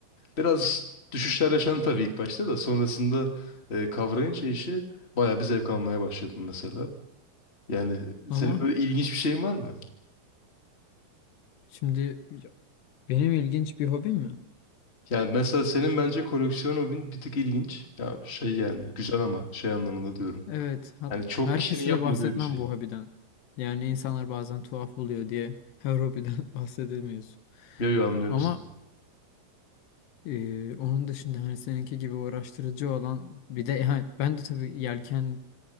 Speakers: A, on the left (about 20°); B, on the left (about 80°).
A: Biraz düşüşler yaşandı tabii ilk başta da sonrasında e, kavrayınca işi bayağı bir zevk almaya başladım mesela. Yani
B: Ama
A: senin böyle ilginç bir şeyin var mı?
B: şimdi ya, benim ilginç bir hobim mi?
A: Yani mesela senin bence koleksiyon hobin bir tık ilginç. Ya şey yani güzel ama şey anlamında diyorum.
B: Evet, hat-
A: Yani çok
B: herkese
A: kişinin yapmadığı
B: de bahsetmem
A: bir şey.
B: bu hobiden. Yani insanlar bazen tuhaf buluyor diye her hobiden <laughs> bahsedemiyorsun.
A: Yo yo anlıyorum
B: Ya ama
A: seni.
B: e, onun dışında hani seninki gibi uğraştırıcı olan bir de ha, ben de tabii yelken